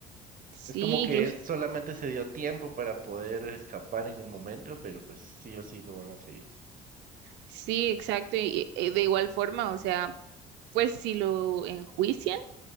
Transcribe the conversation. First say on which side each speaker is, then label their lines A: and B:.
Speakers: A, on the right; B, on the right.
A: Sí,
B: Es como que
A: incluso,
B: él solamente se dio tiempo para poder escapar en el momento, pero pues sí o sí lo van a seguir.
A: sí, exacto. Y, y de igual forma, o sea, pues si lo enjuician,